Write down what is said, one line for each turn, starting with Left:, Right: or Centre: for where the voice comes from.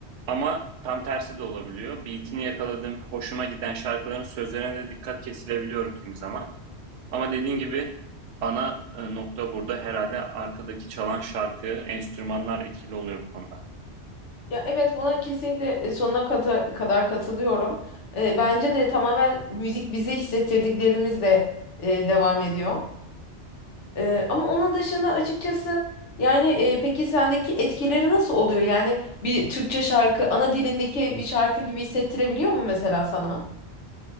Right: Ama tam tersi de olabiliyor. Beat'ini yakaladığım, hoşuma giden şarkıların sözlerine de dikkat kesilebiliyorum kimi zaman. Ama dediğin gibi ana e, nokta burada herhalde arkadaki çalan şarkı, enstrümanlar etkili oluyor bu konuda.
Left: Ya evet buna kesinlikle e, sonuna kata- kadar katılıyorum. E, bence de tamamen müzik bize hissettirdiklerimizle e, devam ediyor. Ee, ama onun dışında açıkçası yani e, peki sendeki etkileri nasıl oluyor? Yani bir Türkçe şarkı ana dilindeki bir şarkı gibi hissettirebiliyor mu mesela sana?